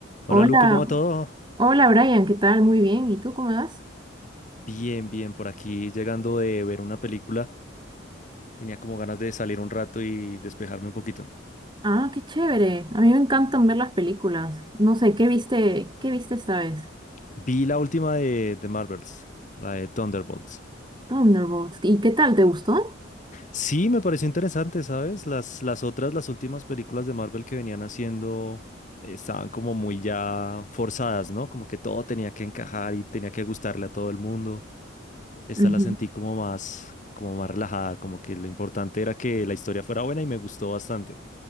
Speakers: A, on the right; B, on the left.
A: Hola,
B: Hola Lu, ¿cómo va todo?
A: hola Brian, ¿qué tal? Muy bien, ¿y tú cómo vas?
B: Bien, bien, por aquí llegando de ver una película. Tenía como ganas de salir un rato y despejarme un poquito.
A: Ah, qué chévere. A mí me encantan ver las películas. No sé, ¿qué viste? ¿Qué viste esta vez?
B: Vi la última de, de Marvels, la de Thunderbolts.
A: Thunderbolts. ¿Y qué tal? ¿Te gustó?
B: Sí, me pareció interesante, ¿sabes? Las, las otras, las últimas películas de Marvel que venían haciendo eh, estaban como muy ya forzadas, ¿no? Como que todo tenía que encajar y tenía que gustarle a todo el mundo. Esta
A: Ujú.
B: la sentí como más, como más relajada, como que lo importante era que la historia fuera buena y me gustó bastante.